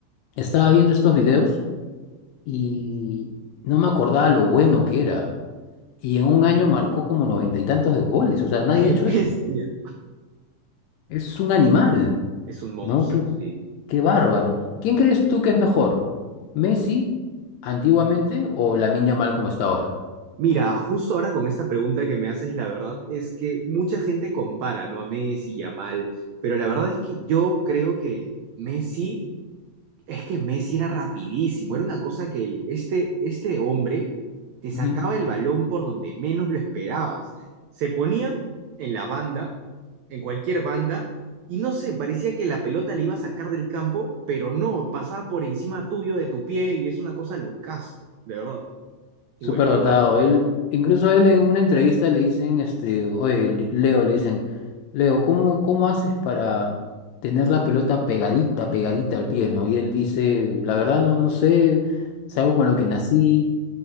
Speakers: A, on the left; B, on the right.
A: Estaba viendo estos videos y no me acordaba lo bueno que era. Y en un año marcó como noventa y tantos de goles. O sea, nadie
B: Qué
A: ha hecho
B: bestia.
A: eso. Es un animal,
B: Es un monstruo,
A: ¿no? Qué,
B: sí.
A: qué bárbaro. ¿Quién crees tú que es mejor? ¿Messi antiguamente o Lamine Yamal como está ahora?
B: Mira, justo ahora con esta pregunta que me haces, la verdad es que mucha gente compara, ¿no? A Messi y a Mal, pero la verdad es que yo creo que Messi Es que Messi era rapidísimo, era una cosa que el- este, este hombre te sacaba
A: Ujú.
B: el balón por donde menos lo esperabas. Se ponía en la banda, en cualquier banda, y no sé, parecía que la pelota le iba a sacar del campo, pero no, pasaba por encima tuyo, de tu pie, y es una cosa locaza, de verdad. Y
A: Súper
B: bueno, Yamal.
A: dotado. Él, incluso a él en una entrevista le dicen, este, oye, Le- Leo, le dicen, Leo, ¿cómo, cómo haces para tener la pelota pegadita, pegadita al pie, ¿no? Y él dice, la verdad no, no sé, es algo con lo que nací,